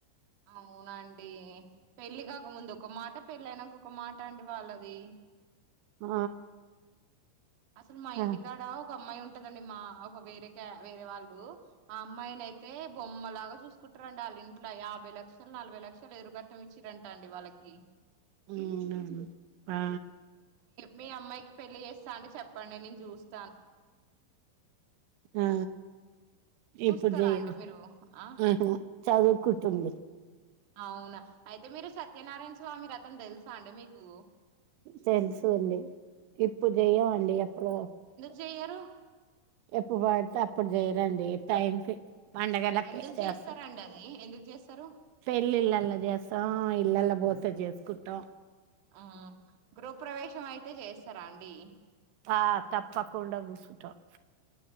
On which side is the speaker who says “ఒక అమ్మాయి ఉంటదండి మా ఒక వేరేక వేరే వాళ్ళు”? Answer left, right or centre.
Right